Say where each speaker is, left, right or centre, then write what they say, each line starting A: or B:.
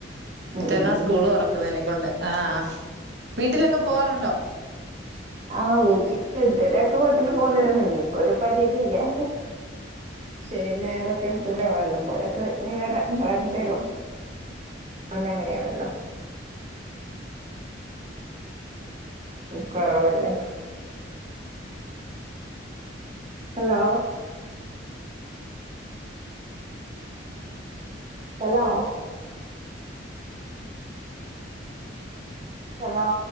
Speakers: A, on the right; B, on the right.
A: ഉം
B: മറ്റെന്നാ
A: ഉം ഉം.
B: സ്കൂള് ഉറക്കുന്നതിനെക്ക കൊണ്ട് ആഹ് വീട്ടിലൊക്കെ പോവാറുണ്ടോ?
A: <inaudible> ആഹ് വീട്ടിൽ ഇതുവരൊക്കെ വീട്ടില് പോന്നരുന്നു ഇനിയിപ്പോ ഒരു പരിതില്ലേ ശനി നേറൊക്കെ കിട്ടുംല്ല പോയൊക്കെ ഇ വരണ്ടരും ന്ന അങ്ങനെയാണല്ലോ കൊറവല്ലേ ഹലോ ഹലോ ഹലോ